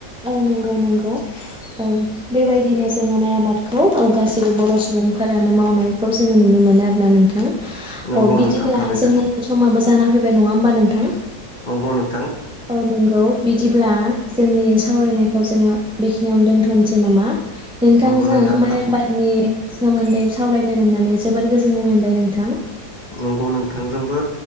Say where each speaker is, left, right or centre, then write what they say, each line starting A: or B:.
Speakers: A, in the centre; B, on the left (about 25°).
A: औ नोंगौ नोंगौ औ बेबायदिनो जोङो माइ आबादखौ ओ गासैबो बर' सुबुंफोरानो मावनायखौ जोङो नुनो मोनो आरोना नोंथां।
B: नंगौ
A: अ बिदिब्ला
B: नोंथां थारैनो
A: जोंनाथ' समाबो जा जाना फैबाय नङा ओमबा नोंथां।
B: नंगौ नों
A: औ नंगौ बिदिब्ला। जोंनि सावरायनायखौ जोंङो। बेखिनियावनो दोनथनोसै नामा नोंथांजों
B: नंगौ नोंथां
A: माइ
B: थारैनो
A: आबादनि। सोमोन्दै सावरायनो मोननानै जोबोर गोजोननाय मोनबाय नोंथां।
B: नंगौ नोंथांजोंबो